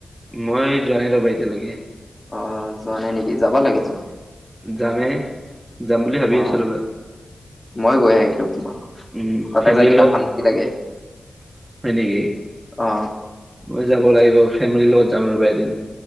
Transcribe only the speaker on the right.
মই যোৱা নাই ৰ'ব এতিয়ালৈকে।
যামে, যাম বুলি ভাবি
আছোঁ ৰ'বা।
উম
ফেমিলিৰ
লগত,
হয় নেকি?
মই যাব লাগিব, ফেমিলিৰ লগত যাম ৰ'বা এদিন।